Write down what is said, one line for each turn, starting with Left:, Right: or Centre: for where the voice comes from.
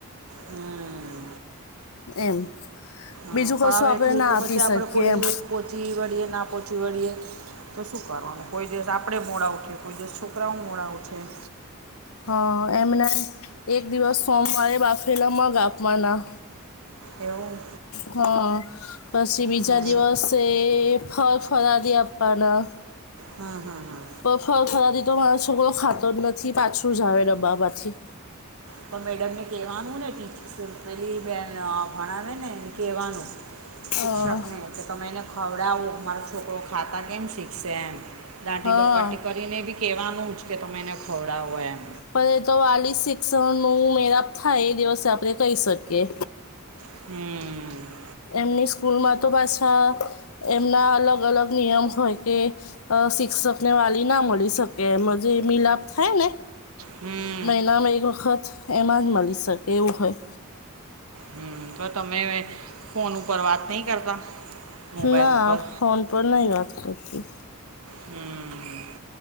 Right: હમ્મ.
Left: એમ.
Right: હ
Left: બીજું કશું
Right: પણ આવે
Left: આપણે
Right: એટલું
Left: ના
Right: તો
Left: આપી
Right: પછી આપણે
Left: શકીએ
Right: કોઈ
Left: એમ
Right: દિવસ પહોંચી વળીએ ના પહોંચી વળીએ. તો શું કરવાનું કોઈ દિવસ આપણે મોડા ઉઠે કોઈ દિવસ છોકરાઓ મોડા ઉઠે.
Left: હા એમને એક દિવસ સોમવારે બાફેલા મગ આપવાના.
Right: એવું.
Left: હા પછી બીજા
Right: હમ
Left: દિવસે ફરાદી આપપના.
Right: હા હા હા.
Left: બ ફર ફરાદી તો મારો છોકરો ખાતો જ નથી પાછું જ આવે ડબ્બામાંથી.
Right: પણ મેડમને કહેવાનું ને ટીચ પેલી બેન ભણાવે ને એને કહેવાનું.
Left: હા
Right: શિક્ષકને કે તમે એને ખવડાવો મારો છોકરો ખાતા કેમ શીખશે એમ. દાંટી
Left: હા
Right: દપાટી કરીને બી કહેવાનું જ કે તમે એને ખવડાવો એમ.
Left: પણ એ તો વાલી શિક્ષણ નું મેળાપ થાય એ દિવસે આપણે કહી શકીએ.
Right: હમ્મ
Left: એમની સ્કૂલમાં તો પાછા એમના અલગ અલગ નિયમ હોય કે અ શિક્ષકને વાલી ના મળી શકે એમ જે મિલાપ થાય ને
Right: હમ્મ.
Left: મહિનામાં એક વખત એમાં જ મળી શકે એવું હોય.
Right: હમ્મ તો તમે ફોન ઉપર વાત નહીં કરતા મોબાઈલ
Left: ના
Right: ઉપર
Left: ફોન પર નહી વાત કરતી
Right: હમ